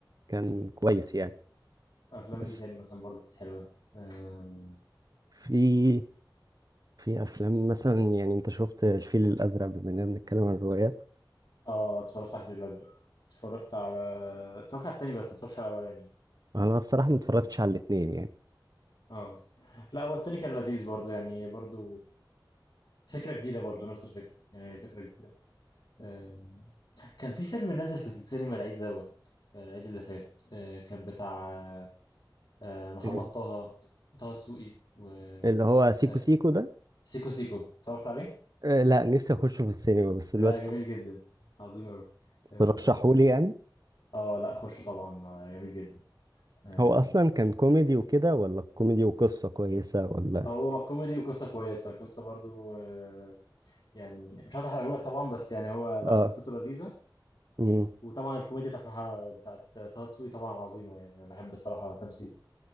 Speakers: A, on the right; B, on the left.
A: كان
B: مم.
A: كويس يعني
B: افلام
A: بس
B: ايه تاني مثلا برضه كانت حلوه آم،
A: في في افلام مثلا يعني انت شفت الفيل الازرق بما اننا بنتكلم عن الروايات
B: اه اتفرجت على الفيل الازرق اتفرجت على اتفرجت على التاني بس ما اتفرجتش على الاولاني
A: انا بصراحه
B: اه
A: ما اتفرجتش على الاثنين يعني
B: آه. لا هو التاني كان لذيذ برضه يعني برضه فكره جديده برضه نفس الفكره يعني فكره جديده آه. كان في فيلم نازل في السينما العيد دوت آه، العيد اللي فات آه، كان بتاع آه، محمد
A: <laughs> آه،
B: طه طه دسوقي و
A: اللي هو سيكو
B: آه،
A: سيكو ده
B: سيكو سيكو اتفرجت عليه؟
A: آه، لا نفسي اخشه في السينما بس
B: لا
A: دلوقتي
B: جميل جدا عظيم أوي اه
A: ترشحوا لي يعني
B: آه، لا خش طبعا آه، جميل جدا آه،
A: هو اصلا كان كوميدي وكده ولا كوميدي وقصه كويسه ولا
B: هو كوميدي وقصة كويسة قصة برضو آه، يعني مش عايز احرقهولك طبعا بس يعني هو لا
A: اه
B: قصته لذيذة
A: امم
B: وطبعا الكوميديا بتاعت مح- بتاعت طه دسوقي طبعا عظيمة يعني انا بحب الصراحة تمثيله